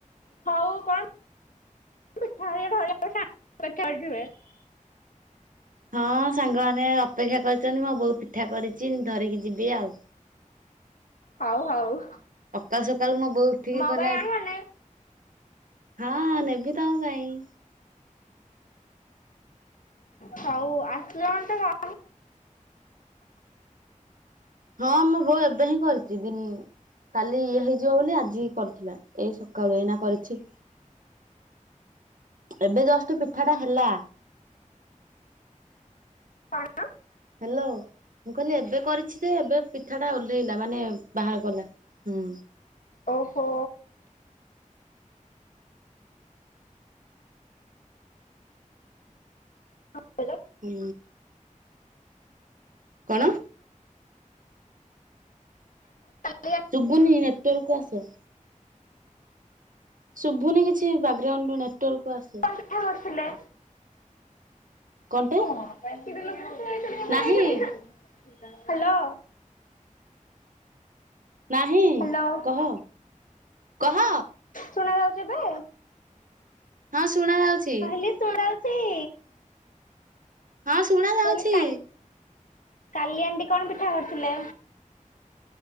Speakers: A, on the left; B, on the right.
A: ହଉ କଣ, ପିଠା ହେରିକା ଧରିକି ଆସିବେ ସାଙ୍ଗରେ <unintelligible>
B: ହଁ ସାଙ୍ଗମାନେ ଅପେକ୍ଷା କରିଛନ୍ତି ମୋ ବୋଉ ପିଠା କରିଛି ଧରିକି ଯିବି ଆଉ।
A: ହଉ ହଉ।
B: ସକାଳୁ ସକାଳୁ ମୋ ବୋଉ ଉଠିକି
A: ମୋ
B: କହିଲା
A: ପାଇଁ ଆଣିବନି
B: ହଁ ନେବି ତମ ପାଇଁ।
A: ହଉ ଆସିଲେ ମତେ କ
B: ହଁ ମୋ ବୋଉ ଏବେ ହିଁ କରିଛି ଦିନ କାଲି ଇଏ ହେଇଯିବ ବୋଲି ଆଜିି କରିଥିଲା ଏଇ ସକାଳୁ ଏଇନା କରିଛି।
A: <inaudible>
B: ଏବେ ଜଷ୍ଟ ପିଠାଟା ହେଲା।
A: କଣ?
B: ହ୍ୟାଲୋ, ମୁଁ କହିଲି ଏବେ କରିଛି ଯେ ଏବେ ପିଠାଟା ଓହ୍ଲେଇଲା ମାନେ ବାହାର କଲା ହୁଁ।
A: ଓହୋ! ହଁ <unintelligible>
B: ହୁଁ। କଣ?
A: କଣ
B: ଶୁଭୁନି ନେଟୱାର୍କ କୁ ଆସ। ଶୁଭୁନି କିଛି ବ୍ୟାଗ୍ରାଉଣ୍ଡରୁ ନେଟୱାର୍କ୍ କୁ ଆସେ।
A: ପିଠା କରୁଥିଲେ।
B: କଣଟେ
A: ହ୍ୟାଲୋ।
B: ନାହିଁ ନାହିଁ
A: ହ୍ୟାଲୋ
B: କହ, କହ?
A: ଶୁଣାଯାଉଛି ଏବେ?
B: ହଁ ଶୁଣାଯାଉଛି।
A: ହେ ଶୁଣାଯାଉଛି?
B: ହଁ ଶୁଣା ଯାଉଛି
A: କହିଲି କାଲି, କାଲି ଆଣ୍ଟି କଣ ପିଠା କରିଥିଲେ?